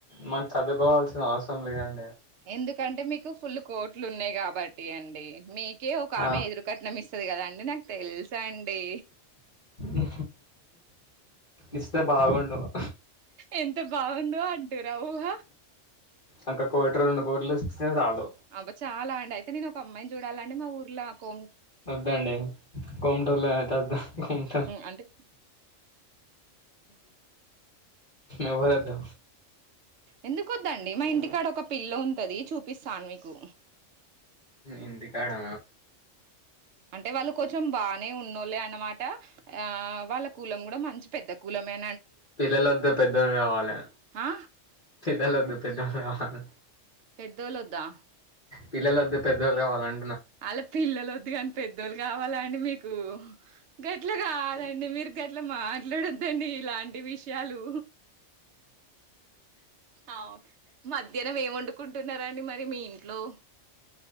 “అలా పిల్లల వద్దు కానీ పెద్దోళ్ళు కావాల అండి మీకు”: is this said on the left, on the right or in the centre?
Right